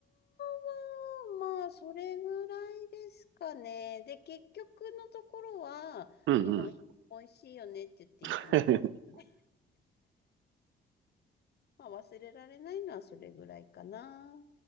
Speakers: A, on the left; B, on the right.
A: は、まあ、それぐらいですかね。で、結局のところは、
B: うんうん。
A: 日本酒美味しいよねって言っていつも帰るね。
B: <laughs>
A: <laughs> まあ、忘れられないのはそれぐらいかな。